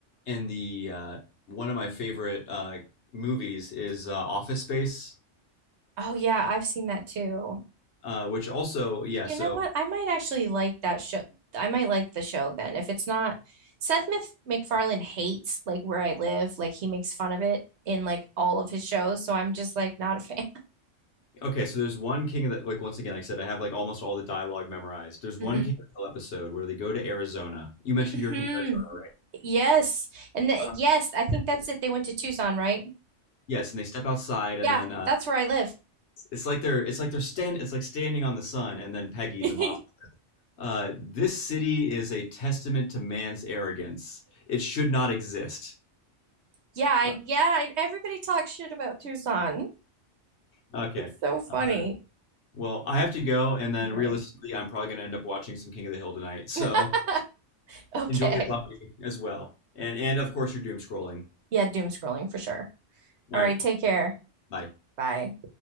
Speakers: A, on the left; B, on the right.
A: and the uh, one of my favorite uh, movies is uh, Office Space,
B: Oh yeah, I've seen that too.
A: uh, which also yeah.
B: You
A: So
B: know what? I might actually like that show. I might like the show then. If it's not Seth Mif- MacFarlane hates like where I live, like he makes fun of it in like all of his shows, so I'm just like not a fan. <laughs>
A: okay, so there's one King of the like once again, like I said, I have like almost all the dialogue memorized. There's one
B: Mm-hmm.
A: King of the Hill episode where they go to Arizona. You mentioned
B: hmm
A: you're from Arizona, right?
B: Yes. And the,
A: Uh,
B: yes, I think
A: and-
B: that's it. They went to Tucson, right?
A: yes, and they step outside, and
B: Yeah,
A: then uh,
B: that's where I live.
A: It's like they're it's like they're stand it's like standing on the sun and then Peggy
B: <laughs>
A: the mom. Uh, this city is a testament to man's arrogance. It should not exist.
B: Yeah, I,
A: Uh,
B: yeah, I, everybody talks shit about Tucson. <laughs>
A: Okay.
B: It's so funny.
A: Uh, well, I have to go, and then
B: Okay.
A: realistically, I'm probably going to end up watching some King of the Hill tonight. So
B: <laughs> Okay.
A: enjoy your Buffy as well, and and of course your doom scrolling.
B: Yeah, doom scrolling for sure.
A: All
B: All
A: right,
B: right, take care.
A: bye.
B: Bye.